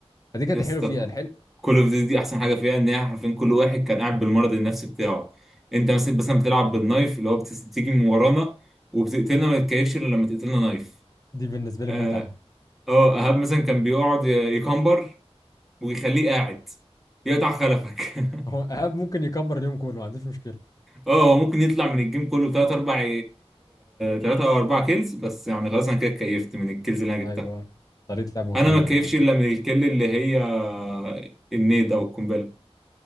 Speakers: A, on the left; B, in the centre.
A: فدي كانت
B: يا اسطى
A: الحلو فيها الحلو
B: كل اوف دي احسن حاجه فيها ان هي حرفيا كل واحد كان قاعد بالمرض النفسي بتاعه انت مثلا مثلا بتلعب بالنايف اللي هو بتس- بتيجي من ورانا وبتقتلنا ما تتكيفش الا لما تقتلنا نايف
A: دي بالنسبة لي
B: اه
A: متعة
B: آه، ايهاب مثلا كان بيقعد ي- يكمبر ويخليه قاعد يقطع خلفك <laughs>
A: هو ايهاب ممكن يكبر اليوم كله ما عنديش مشكله
B: اه هو ممكن يطلع من الجيم كله بتلات اربع ثلاثة او اربع كيلز بس يعني خلاص انا كده اتكيفت من الكيلز اللي انا
A: ايوه
B: جبتها
A: طريقه لعبه غريبه
B: انا ما اتكيفش
A: انا
B: الا من الكيل اللي هي آه، النيد او القنبله